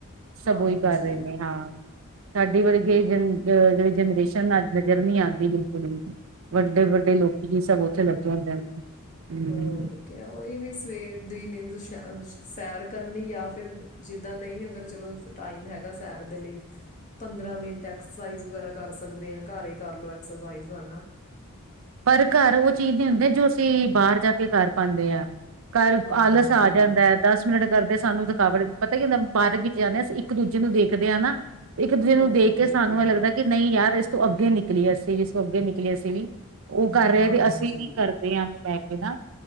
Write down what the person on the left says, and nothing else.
ਹਾਂਜੀ।
ਹੋਰ ਕਿਆ ਉਈ ਵੀ ਸਵੇਰ ਦੀ ਨੀਂਦ ਅ ਸੈਰ ਕਰਨੀ ਜਾਂ ਫਿਰ ਜਿਦਾਂ ਨਹੀਂ ਅਗਰ ਚਲੋ ਟਾਈਮ ਹੈਗਾ ਸੈਰ ਦੇ ਲਈ ਪੰਦਰਾਂ ਮਿੰਟ ਐਕਸਰਸਾਈਜ਼ ਵਗੈਰਾ ਕਰ ਸਕਦੇ ਆ ਘਰ ਹੀ ਕਰਲੋ ਐਕਸਰਸਾਈਜ਼ ਹਨਾ
ਹਾਂਜੀ
ਹੋਰ
ਕਿਆ
ਹਾਂਜੀ